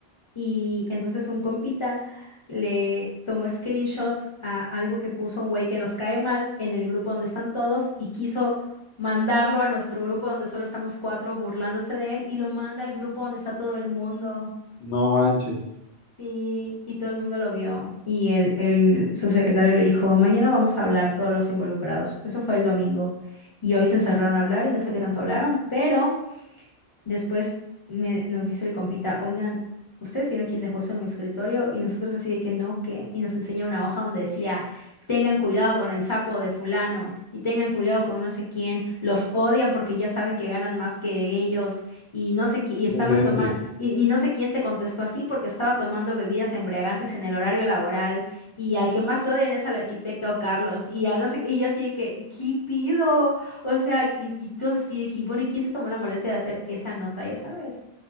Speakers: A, on the left; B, on the left.
A: Y entonces un compita le tomó screenshot a algo que puso un güey que nos cae mal en el grupo donde están todos y quiso mandarlo a nuestro grupo donde solo estamos cuatro burlándose de él y lo manda al grupo donde está todo el mundo.
B: No manches,
A: Y, y todo el mundo lo vio. Y el, el subsecretario le dijo, mañana vamos a hablar todos los involucrados. Eso fue el domingo. Y hoy se encerraron a hablar y no sé qué tanto hablaron, pero... Después me, nos dice el compita, oigan, ¿ustedes vieron quién dejó esto en mi escritorio? Y nosotros así de que no, ¿qué? Y nos enseña una hoja donde decía, tengan cuidado con el sapo de fulano y tengan cuidado con no sé quién, los odian porque ya saben que ganan más que ellos y no sé, qui- y estaban
B: no inventes.
A: tomando, y, y no sé quién te contestó así porque estaba tomando bebidas embriagantes en el horario laboral y al que más odian es al arquitecto Carlos y al no sé, qué", y yo así de que, ¿qué pido? O sea, y, y todos así de que, bueno, ¿y quién se tomó la molestia de hacer esa nota, ya sabes?